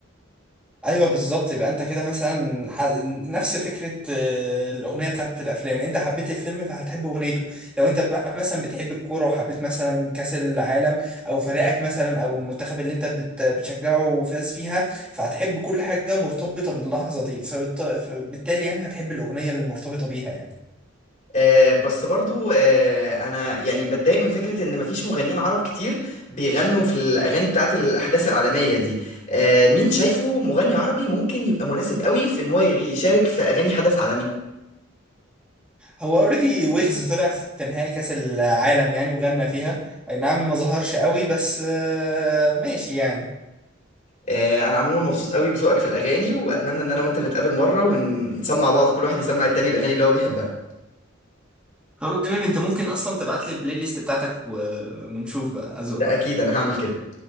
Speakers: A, in the centre; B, on the left (about 40°).
A: ايوه بالظبط يبقى انت كده مثلا ح... نفس فكره آه، الاغنيه بتاعت الافلام انت حبيت الفيلم فهتحب اغنيته لو انت بقى مثلا بتحب الكوره وحبيت مثلا كاس العالم او فريقك مثلا او المنتخب اللي انت بت... بتشجعه فاز فيها فهتحب كل حاجه مرتبطه باللحظه دي فبالت... فبالتالي يعني هتحب الاغنيه المرتبطه بيها يعني
B: آه، بس برضو آه، انا يعني بتضايق من فكرة ان مفيش مغنيين عرب كتير بيغنوا في الاغاني بتاعت الاحداث العالمية دي آه، مين شايفه مغني عربي ممكن يبقى مناسب قوي في ان هو يشارك في اغاني حدث عالمي
A: هو اوريدي ويجز طلع في نهائي كاس العالم يعني وغنى فيها اي نعم ما ظهرش قوي بس آه، ماشي يعني
B: آه، انا عموما مبسوط قوي بذوقك في الاغاني واتمنى ان انا وانت نتقابل مره ونسمع بعض كل واحد يسمع التاني الاغاني اللي هو بيحبها
A: خلاص تمام انت ممكن اصلا تبعت لي البلاي ليست بتاعتك و... ونشوف بقى اذوقك
B: ده اكيد انا هعمل كده